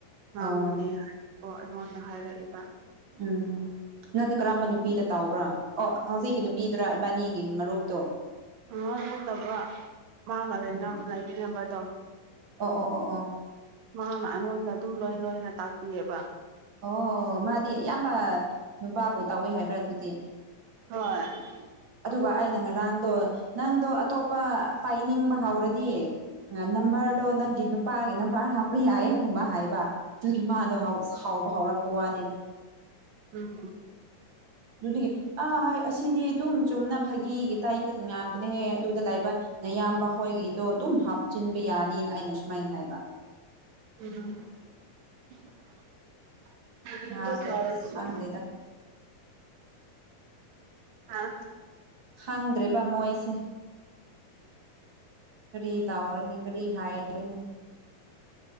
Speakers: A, on the right; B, on the right.
A: ꯉꯥꯡꯕꯅꯦ
B: ꯑꯣ
A: ꯑꯣ ꯑꯩꯉꯣꯟꯗ ꯍꯥꯏꯔꯛꯑꯦꯕ
B: ꯎꯝ ꯅꯪꯗꯤ ꯀꯔꯝꯕ ꯅꯨꯄꯤꯗ ꯇꯥꯎꯕ꯭ꯔꯥ ꯑꯣ ꯍꯧꯖꯤꯛꯀꯤ ꯅꯨꯄꯤꯗꯨꯔ ꯏꯕꯥꯅꯤꯒꯤ ꯃꯔꯨꯞꯇꯣ
A: ꯍꯉꯣ ꯅꯠꯇꯕ ꯃꯥꯅ ꯂꯩꯦꯅ
B: ꯑꯣ
A: ꯂꯩꯕꯤꯅꯕꯗꯣ
B: ꯑꯣ ꯑꯣ ꯑꯣ
A: ꯃꯥꯅ ꯑꯩꯉꯣꯟꯗ ꯑꯗꯨꯝ ꯂꯣꯏꯅ ꯂꯣꯏꯅ ꯇꯥꯛꯄꯤꯑꯕ
B: ꯑꯣ ꯃꯥꯗꯤ ꯑꯌꯥꯝꯕ ꯅꯨꯄꯥꯕꯨ ꯇꯥꯎꯋꯏ ꯍꯥꯏꯕ꯭ꯔꯥ ꯑꯗꯨꯗꯤ
A: ꯍꯣꯏ
B: ꯑꯗꯨꯒ ꯑꯩꯅ ꯉꯔꯥꯡꯗꯣ ꯅꯪꯗꯣ ꯑꯇꯣꯞꯄ ꯄꯥꯏꯅꯤꯡꯕ ꯍꯧꯎꯔꯗꯤ ꯅꯝꯕꯔꯗꯣ ꯅꯪꯒꯤ ꯅꯨꯄꯥꯒꯤ ꯅꯝꯕꯔ ꯍꯥꯞꯄ ꯌꯥꯏꯌꯦꯒꯨꯝꯕ ꯍꯥꯏꯕ ꯑꯗꯨꯒꯤ ꯃꯥꯗꯣ ꯍꯥꯎꯕ ꯍꯧꯥꯎꯔꯛꯄ ꯋꯥꯅꯤꯗ
A: ꯎꯝ
B: ꯑꯗꯨꯒꯤ ꯑꯥ ꯑꯁꯤꯗꯤ ꯑꯗꯨꯝ ꯆꯨꯝꯅ ꯐꯥꯒꯤꯒꯤ ꯇꯥꯏꯞ ꯉꯥꯡꯕꯅꯦꯍꯦ ꯑꯗꯨꯗ ꯂꯥꯛꯕ ꯅꯌꯥꯝꯕ ꯑꯩꯈꯣꯏꯒꯤꯗꯣ ꯑꯗꯨꯝꯞ ꯆꯤꯟꯕ ꯌꯥꯅꯤꯅ ꯑꯩꯅ ꯁꯨꯃꯥꯏꯅ ꯍꯥꯏꯕ
A: ꯎꯝ ꯁꯨ
B: ꯃꯥꯗꯣ
A: <unintelligible>
B: ꯑꯁ ꯈꯪꯗꯦꯗ
A: ꯑꯥ
B: ꯈꯪꯗ꯭ꯔꯦꯕ ꯃꯣꯏꯁꯦ ꯀꯔꯤ ꯇꯥꯎꯔꯅꯤ ꯀꯔꯤ ꯍꯥꯏꯔꯅꯤ